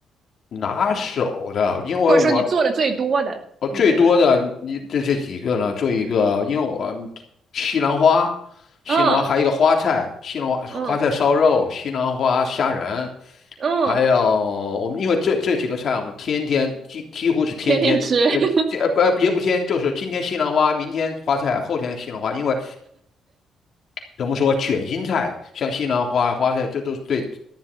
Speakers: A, on the left (about 60°); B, on the right (about 45°).
A: 拿手的，因为我
B: 或者说你做的最多的？
A: 我最多的你这这几个呢，
B: 你觉得？
A: 做一个，因为我们西兰花，西兰花还有一个花菜，
B: 嗯
A: 西兰花花菜烧肉，
B: 嗯
A: 西兰花虾仁，
B: 嗯，
A: 还有我们因为这这几个菜，我们天天几几乎是天天。
B: 天天吃。<laughs>
A: 呃，这呃不也不天，就是今天西兰花，明天花菜，后天西兰花，因为怎么说卷心菜，像西兰花、花菜，这都是对